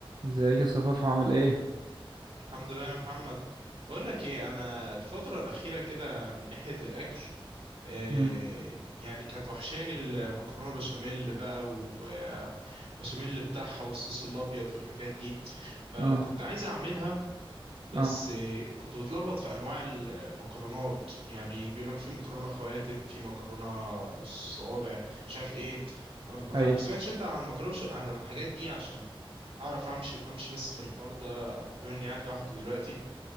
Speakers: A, on the right (about 50°); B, on the right (about 85°).
A: ازيك يا صفاف عامل ايه
B: الحمد لله يا محمد بقول لك ايه انا الفتره الاخيره كده من ناحيه الاكل آه،
A: امم
B: يعني كانت وحشاني المكرونه بشاميل بقى وبشاميل بتاعها والصوص الابيض والحاجات دي فكنت
A: اه
B: عايز اعملها بس
A: اه
B: آه، كنت بتلخبط في انواع المكرونات يعني بيقول لك في مكرونه خواتم في مكرونه صوابع مش عارف ايه ما
A: اي
B: تع- ما سمعتش انت عن مكرونه بش- عن الحاجات دي عشان اعرف امشي امشي بس في الحوار ده بما اني قاعد لوحدي دلوقتي